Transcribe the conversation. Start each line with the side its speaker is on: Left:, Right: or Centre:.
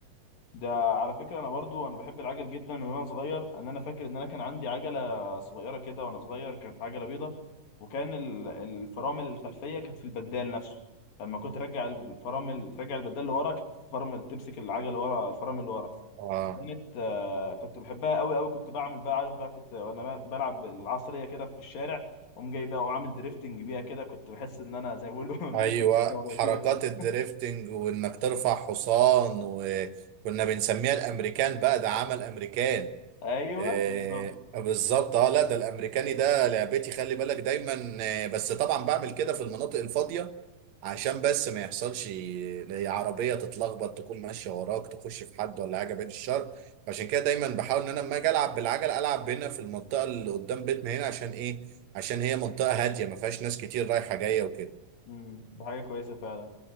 Left: ده على فكرة أنا برضو أنا بحب العجل جدا من وأنا صغير أن أنا فاكر إن أنا كان عندي عجلة صغيرة كده وأنا صغير كانت عجلة بيضة وكان ال- الفرامل الخلفية كانت في البدال نفسه لما كنت ترجع الفرامل ترجع البدال لورا كانت الفرامل تمسك العجلة ورا الفرامل اللي ورا
Right: آه
Left: كانت آه، كنت بحبها قوي قوي كنت بعمل بقى عارف بقى كنت وأنا ب- بلعب بالعصرية كده في الشارع قوم جاي بقى وعامل دريفتنج بيها كده كنت بحس إن أنا زي ما بيقولوا <laughs> ملك
Right: ايوه
Left: الكوكب وما
Right: حركات
Left: فيها كده
Right: الدريفتنج وانك ترفع حصان وكنا بنسميها الامريكان بقى ده عمل امريكان
Left: أيوه
Right: آه
Left: بالظبط
Right: بالظبط اه لا ده الامريكاني ده لعبتي خلي بالك دايما آه بس طبعا بعمل كده في المناطق الفاضيه عشان بس ما يحصلش ل- عربيه تتلخبط تكون ماشيه وراك تخش في حد ولا حاجه بعيد الشر عشان كده دايما بحاول ان انا لما اجي العب بالعجل العب هنا في المنطقه اللي قدام بيتنا هنا عشان ايه عشان هي منطقه هاديه ما فيهاش ناس كتير رايحه جايه وكده
Left: مم، ده حاجة كويسة فعلا